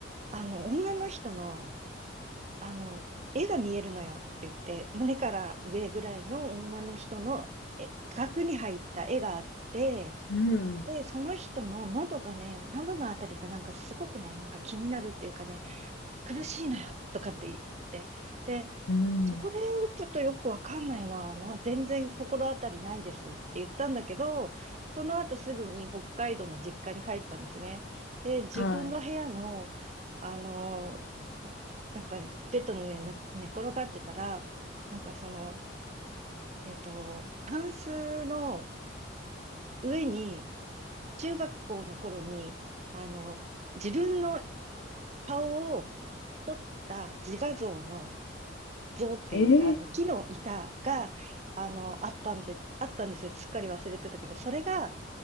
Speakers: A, on the right; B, on the left.
A: あの、女の人の、あの、絵が見えるのよって言って、胸から上ぐらいの女の人のえ額に入った絵があって、
B: うん、
A: で、その人の喉がね、喉のあたりがなんかすごくね、なんか気になるっていうかね、苦しいのよとかって言って、で、
B: うん。
A: それをちょっとよくわかんないな、な、全然心当たりないですって言ったんだけど、その後すぐに北海道の実家に帰ったんですね。で、自分の部屋の、
B: はい。
A: あの、なんかベッドの上にね寝転がってたら、なんかその、えっと、タンスの上に中学校の頃に、あの、自分の顔を彫った自画像の像っていうか、
B: ええ
A: あの、木の板が、あの、あったんで、あったんですよ。すっかり忘れてたけど、それが